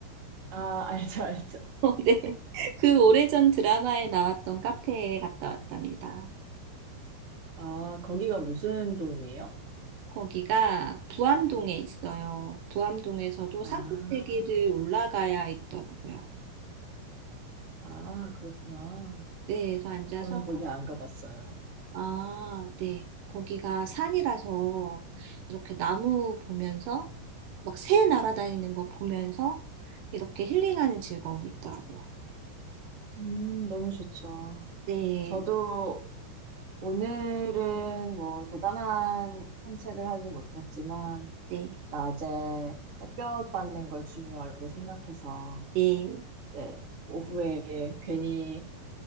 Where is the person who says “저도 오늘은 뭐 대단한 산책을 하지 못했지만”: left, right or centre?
Right